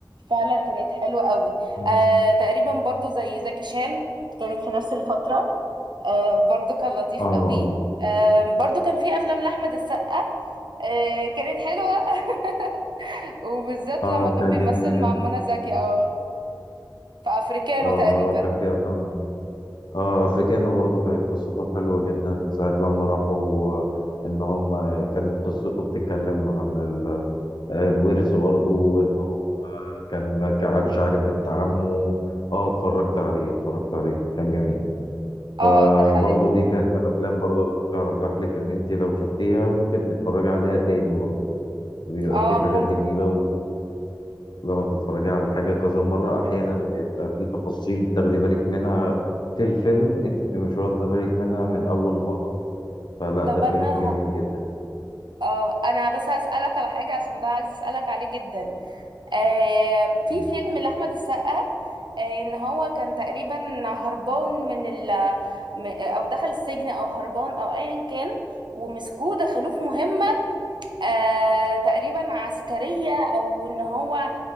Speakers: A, on the right; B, on the left.
A: فعلا كانت حلوه قوي
B: مم.
A: آه تقريبا برضو زي زكي شان كانت في نفس الفترة آه برضو كان لطيف
B: اه
A: قوي
B: اه
A: آه برضو كان في أفلام لأحمد السقا آه كانت حلوة <laughs> وبالذات
B: اه
A: لما كان
B: كانت
A: بيمثل
B: جميلة جدا
A: مع منى زكي اه في أفريكانو
B: اه
A: تقريبا
B: اه كان فيها أفلام اه افريكانو برضو كانت قصته حلوة جدا ساعة لما راحوا آه، ان هم كانت قصته بتتكلم عن ال- آه، الورث برضو انه آه، كان كان مش عارف بنت عمه اه اتفرجت عليه اتفرجت عليه كان جميل
A: اه
B: فبرضو
A: ده حقيقي
B: دي كانت من الافلام برضو اللي ممكن ارجح لك ان انت لو شفتيها ممكن تتفرجي عليها تاني برضو بيبقى
A: اه
B: في حاجات
A: ممكن
B: جميلة لما بتتفرجي على حاجة كذا مرة أحيانا بيبقى في تفاصيل بتاخدي بالك منها في الفيلم أنت بتبقي مش واخدة بالك منها من أول مرة فلا
A: طب
B: ده فيلم
A: أنا
B: جميل
A: ه-
B: جدا
A: اه أنا بس هسألك على حاجة عشان ده عايز أسألك عليه جدا آه في
B: مم.
A: فيلم لأحمد السقا آه ان هو كان تقريبا هربان من ال م- او دخل السجن او هربان او ايا كان ومسكوه دخلوه في مهمة آه تقريبا عسكرية او ان هو